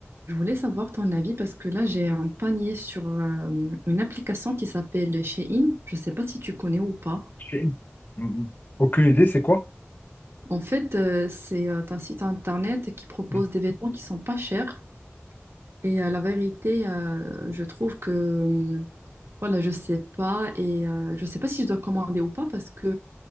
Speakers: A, on the right; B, on the left.
A: Je voulais savoir ton avis parce que là, j'ai un panier sur euh, une application qui s'appelle Shein. Je ne sais pas si tu connais ou pas.
B: J'ai Mhm. aucune idée, c'est quoi?
A: En fait, euh, c'est euh, un site internet qui propose
B: Mm.
A: des vêtements qui sont pas chers. Et euh, la vérité, euh, je trouve que, euh, voilà, je sais pas. Et euh, je sais pas si je dois commander ou pas parce que